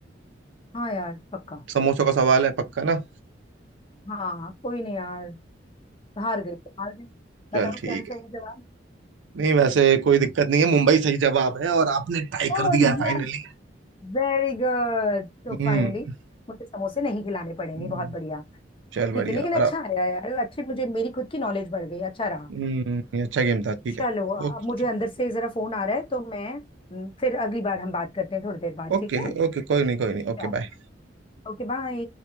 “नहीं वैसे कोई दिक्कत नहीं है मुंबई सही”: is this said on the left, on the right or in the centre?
Right